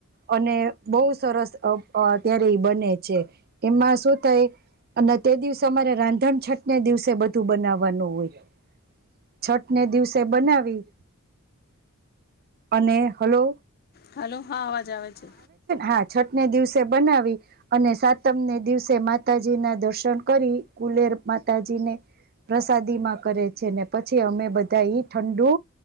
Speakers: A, on the right (about 45°); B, on the left (about 45°).
A: અને બહુ સરસ અત્યારે એ બને છે એમાં શું થાય અને તે દિવસે અમારે રાંધણછટ ને દિવસે બધું બનાવાનું હોય. છઠ ને દિવસે બનાવી અને હલો
B: હાલો હા અવાજ આવે છે.
A: હા છઠ ને દિવસે બનાવી અને સાતમને દિવસે માતાજી ના દર્શન કરી કુલેર માતાજી ને પ્રસાદી માં કરે છે ને પછી અમે બધા ઠંડુ